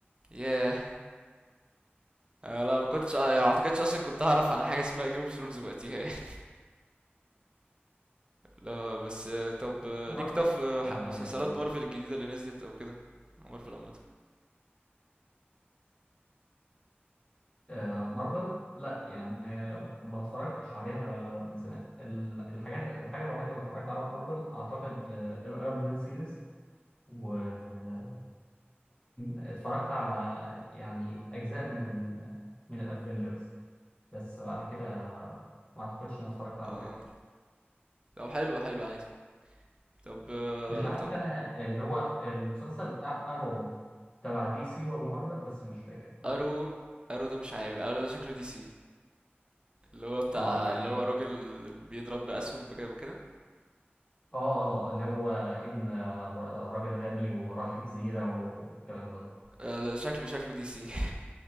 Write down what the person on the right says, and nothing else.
<laughs> ياه آه، لا ما كنتش آه، ما اعتقدش اصلا كنت هعرف عن حاجه اسمها جيم اوف ثرونز وقتها <applause> يعني. <laughs> لا بس آه، طب آه،
ليك طف
آه، ح-
مسلسلات
مارفل الجديده اللي نزلت او كده مارفل عامه
آه،
طب حلو حلو عادي طب آه،
طب
ارو ارو ده مش عارف ارو ده شكله دي سي اللي هو بتاع
اللي هو راجل بيضرب بأسهم بكده وكده
آه، لا شكله شكله دي سي <laughs>